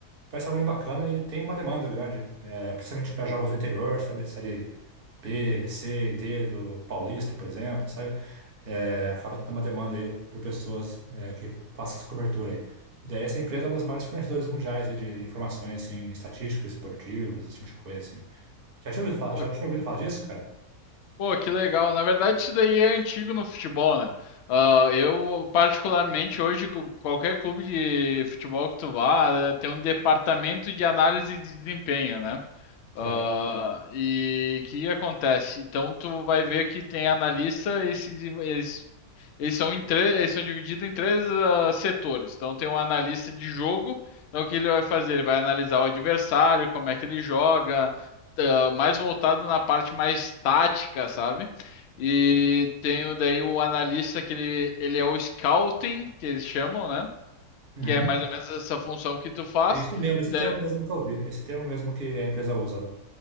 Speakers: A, on the right (about 40°); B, on the left (about 75°).
A: parece algo bem bacana e tem uma demanda grande, é, principalmente para jogos do interior, sabe? série. B, C e D do Paulista, por exemplo, sabe? É, acaba tendo uma demanda aí por pessoas é, que façam essa cobertura aí. Daí essa empresa é uma das maiores fornecedoras mundiais aí de informações assim, estatísticas, esportivas, esse tipo de coisa assim. Já tinha ouvido falar,
B: uhum.
A: já tinha ouvido falar disso, cara?
B: Pô, que legal. Na verdade, isso daí é antigo no futebol, né? Ah, eu, particularmente, hoje, cu- qualquer clube de futebol que tu vá, eh, tem um departamento de análise de desempenho, né?
A: Certo.
B: Ah, e o que acontece? Então tu vai ver que tem analista e se, div- eles, eles são em tre- eles são divididos em três ah, setores. Então tem o analista de jogo, então o que ele vai fazer? Ele vai analisar o adversário, como é que ele joga, tá, mais voltado na parte mais tática, sabe? E tem o- daí o analista que ele, ele é o scouting, que eles chamam, né?
A: Uhum.
B: Que é mais ou menos essa função que tu faz.
A: É Isso mesmo, esse
B: Então,
A: termo mesmo que eu vi, esse termo mesmo que a empresa usa lá.